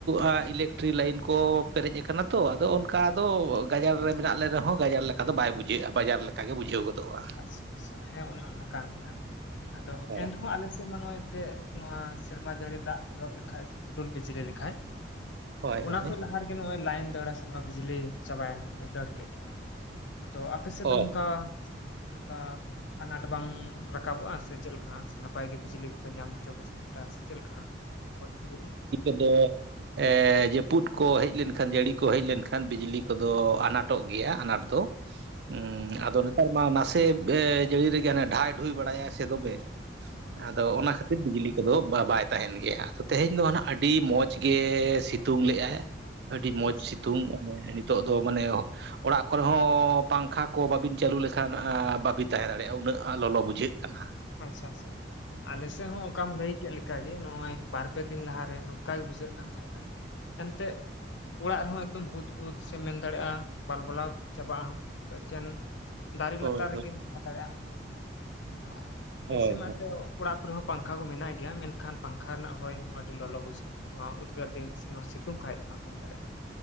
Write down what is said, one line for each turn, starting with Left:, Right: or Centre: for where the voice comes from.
Right: ᱟᱜ ᱤᱞᱮᱠᱴᱨᱤᱠ ᱞᱟᱭᱤᱱ ᱠᱚ ᱯᱮᱨᱮᱡ ᱟᱠᱟᱱᱟ ᱛᱚ ᱟᱫᱚ ᱚᱱᱠᱟ ᱫᱚ ᱜᱟᱡᱟᱲ ᱨᱮ ᱢᱮᱱᱟᱜ ᱞᱮ ᱨᱮᱦᱚᱸ ᱜᱟᱡᱟᱲ ᱞᱮᱠᱟ ᱫᱚ ᱵᱟᱭ ᱵᱩᱡᱷᱟᱹᱜᱼᱟ ᱵᱟᱡᱟᱨ ᱞᱮᱠᱟ ᱠᱟᱜᱮ ᱵᱩᱡᱟᱹᱣ ᱜᱚᱫᱚᱼᱟ᱾
Left: ᱟᱪᱪᱷᱟ ᱟᱪᱪᱷᱟ ᱦᱮᱸ ᱚᱱᱮ ᱚᱱᱟ ᱠᱟᱱ ᱜᱮᱭᱟᱦᱟᱜ ᱟᱫᱚ
Right: ᱦᱮᱸ
Left: ᱮᱱᱨᱮᱦᱚᱸ ᱟᱞᱮᱥᱮᱫ ᱢᱟ ᱱᱚᱜ ᱮᱱᱛᱮᱜ ᱱᱚᱣᱟ ᱥᱮᱨᱢᱟ ᱡᱟᱹᱲᱤ ᱫᱟᱜ ᱮᱦᱚᱵ ᱞᱮᱠᱷᱟᱡ ᱥᱮ ᱦᱩᱰᱩᱨ ᱵᱤᱡᱽᱞᱤ ᱞᱮᱠᱷᱟᱡ
Right: ᱦᱳᱭ
Left: ᱛᱚ ᱚᱱᱟ
Right: ᱦᱳᱭ
Left: ᱠᱷᱚᱡ ᱞᱟᱦᱟ ᱨᱮᱜᱮ ᱱᱚᱜᱼᱚᱭ ᱞᱟᱭᱤᱱ ᱫᱟᱹᱲᱟ ᱥᱮ ᱱᱚᱣᱟ ᱵᱤᱡᱽᱞᱤ ᱪᱟᱵᱟᱭᱮᱱ ᱜᱮ ᱢᱟᱱᱮ ᱫᱟᱹᱲ ᱠᱮᱫ ᱜᱮ ᱦᱟᱸᱜ᱾ ᱟᱫᱚ ᱟᱯᱮ ᱥᱮᱫ ᱫᱚ
Right: ᱚ
Left: ᱱᱚᱝᱠᱟ ᱚᱱᱠᱟ ᱟᱱᱟᱴ ᱵᱟᱝ ᱨᱟᱠᱟᱵᱚᱜᱼᱟ ᱥᱮ ᱪᱮᱫᱞᱮᱠᱟ ᱦᱟᱸᱜ ᱥᱮ ᱱᱟᱯᱟᱭ ᱜᱮ ᱵᱤᱡᱽᱞᱤ ᱯᱮ ᱧᱟᱢᱟ ᱪᱚᱵᱽᱵᱤᱥ ᱜᱷᱚᱱᱴᱟ ᱥᱮ ᱪᱮᱫ ᱞᱮᱠᱟ ᱦᱟᱸᱜ <unintelligible> ᱵᱤᱡᱽᱞᱤ ᱠᱚ?
Right: ᱫᱚᱜ᱾ ᱮ ᱡᱟᱹᱯᱩᱫ ᱠᱚ ᱦᱮᱡ ᱞᱮᱱᱠᱷᱟᱱ ᱡᱟᱹᱲᱤ ᱠᱚ ᱦᱮᱡ ᱞᱮᱱᱠᱷᱟᱱ ᱵᱤᱡᱽᱞᱤ ᱠᱚᱫᱚ ᱟᱱᱟᱴᱚᱜ ᱜᱮᱭᱟ ᱟᱱᱟᱴ ᱫᱚ᱾
Left: <inaudible>
Right: ᱦᱩᱸ ᱟᱫᱚ ᱱᱮᱛᱟᱨ ᱢᱟ ᱱᱟᱥᱮ ᱵᱮ ᱡᱟᱹᱲᱤ ᱨᱮᱜᱮ ᱦᱟᱱᱮ ᱰᱷᱟᱭᱰᱷᱩᱭ ᱵᱟᱲᱟᱭᱟᱭ-ᱟ ᱥᱮ ᱫᱚᱢᱮ ᱾
Left: ᱦᱩᱸ
Right: ᱟᱫᱚ ᱚᱱᱟ ᱠᱷᱟᱹᱛᱤᱨ ᱵᱤᱡᱽᱞᱤ᱾ ᱛᱚᱵᱮ ᱵᱟ ᱵᱟᱭ ᱛᱟᱦᱮᱱ ᱜᱮᱭᱟ ᱛᱚ ᱛᱮᱦᱮᱧ ᱫᱚ ᱱᱟᱦᱟᱜ ᱟᱹᱰᱤ ᱢᱚᱡᱽ ᱜᱮ ᱥᱤᱛᱩᱝ ᱞᱮᱟᱭ᱾ ᱟᱹᱰᱤ ᱢᱚᱸᱡᱽ
Left: ᱟᱪᱪᱷᱟ
Right: ᱥᱤᱛᱩᱝ
Left: ᱟᱪᱪᱷᱟ
Right: <unintelligible> ᱱᱤᱛᱚᱜ ᱫᱚ ᱢᱟᱱᱮ᱾ ᱚᱲᱟᱜ ᱠᱚᱨᱮ ᱦᱚᱸ ᱯᱟᱝᱠᱷᱟ ᱠᱚ ᱵᱟᱵᱤᱱ ᱪᱟᱹᱞᱩ ᱞᱮᱠᱷᱟᱱ ᱮ ᱵᱟᱵᱤᱱ ᱛᱟᱦᱮᱸ ᱫᱟᱲᱮᱭᱟᱜᱼᱟ ᱩᱱᱟᱹᱜ ᱞᱚᱞᱚ ᱵᱩᱡᱷᱟᱹᱜ ᱠᱟᱱᱟ ᱾
Left: ᱟᱪᱪᱷᱟ ᱟᱪᱪᱷᱟ ᱟᱞᱮᱥᱮᱫ ᱦᱚᱸ ᱚᱱᱠᱟᱢ ᱞᱟᱹᱭ ᱠᱮᱫ ᱞᱮ ᱠᱟᱡᱮ ᱱᱚᱜᱼᱚᱭ ᱵᱟᱨ ᱯᱮ ᱫᱤᱱ ᱞᱟᱦᱟᱨᱮ ᱱᱚᱝᱠᱟᱜᱮ ᱵᱩᱡᱷᱟᱹᱜ ᱠᱟᱱ ᱛᱟᱦᱮᱱᱟ ᱮᱱᱛᱮᱫ ᱚᱲᱟᱜ ᱨᱮᱦᱚᱸ ᱮᱠᱫᱚᱢ ᱦᱩᱫᱽ ᱦᱩᱫᱽ ᱥᱮᱢ ᱢᱮᱱ ᱫᱟᱲᱮᱭᱟᱜᱼᱟ ᱵᱟᱞᱵᱟᱞᱟᱣ ᱪᱟᱵᱟᱜ ᱟᱢ ᱟᱫᱚ ᱮᱠᱮᱱ ᱫᱟᱨᱤ
Right: ᱦᱳᱭ
Left: ᱞᱟᱛᱟᱨ
Right: ᱦᱳᱭ
Left: ᱨᱮᱜᱮᱢ ᱛᱟᱦᱮᱸ ᱫᱟᱲᱮᱭᱟᱜᱼᱟ ᱟᱨ
Right: ᱦᱳᱭ
Left: ᱮᱥᱮ ᱢᱟᱛᱚ ᱚᱲᱟᱜ ᱠᱚᱨᱮᱦ ᱯᱟᱝᱠᱷᱟ ᱠᱚ ᱢᱮᱱᱟᱜ ᱜᱮᱭᱟ ᱢᱮᱱᱠᱷᱟᱱ ᱯᱟᱝᱠᱷᱟ ᱨᱮᱱᱟᱜ ᱦᱚᱭ ᱦᱚᱸ ᱟᱹᱰᱤ ᱞᱚᱞᱚ ᱵᱩᱡᱷᱟᱹᱜᱼᱟ ᱱᱚᱣᱟ ᱩᱫᱽᱜᱟᱹᱨ ᱫᱤᱱ ᱥᱮ ᱱᱚᱣᱟ ᱥᱤ ᱛᱩᱝ ᱠᱷᱟᱡ ᱫᱚ ᱦᱟᱸᱜ ᱢᱮᱱ ᱫᱟᱲᱮᱭᱟᱜᱼᱟᱢ